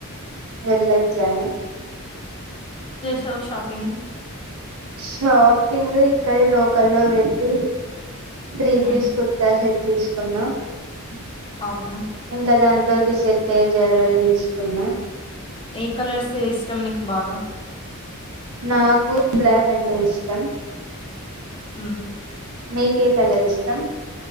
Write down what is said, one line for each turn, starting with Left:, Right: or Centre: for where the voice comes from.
Right: వెళ్ళొచ్చాను
Left: సౌ్ షాపింగ్
Right: షాపింగ్ ఇక్కడే లోకల్లో వెళ్ళి త్రీ
Left: హ్మ్.
Right: పీస్ కుర్తా షెట్ తీసుకున్నాం <inaudible>
Left: అవునా?
Right: లోకి సెట్ అయ్యే జవరీ తీసుకున్నా
Left: ఏ కలర్స్ ఇష్టం నీకు బాగా
Right: నాకు బ్లాక్ అంతే ఇష్టం
Left: అ
Right: మీకే కలర్ష్టం